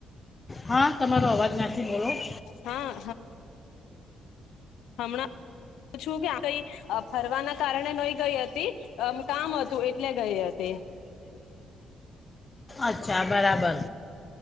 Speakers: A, on the left; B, on the left.
A: હા તમારો અવાજ નથી બોલો <inaudible>
B: હા હમણા. છું ક્યાં ગઈ ફરવાના કારણે નઈ ગઈ હતી અમ કામ હતું એટલે ગઈ હતી.
A: અચ્છા બરાબર